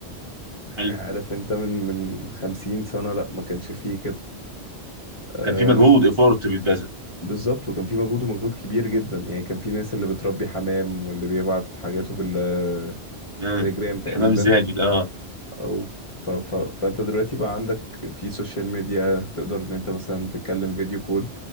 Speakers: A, on the right; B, on the left.
A: حلو
B: يعني عارف أنت من من خمسين سنة لأ ما كانش فيه كده آه،
A: كان في مجهود إيفورت بيتبذل
B: بالظبط وكان في مجهود ومجهود كبير جدا يعني كان في ناس اللي بتربي حمام واللي بيبعت حاجاته بالتليجرام
A: امم
B: تقريبا
A: حمام زاجل أه
B: او ف... ف... فانت دلوقتي بقى عندك في سوشيال ميديا تقدر ان انت مثلا تتكلم فيديو كول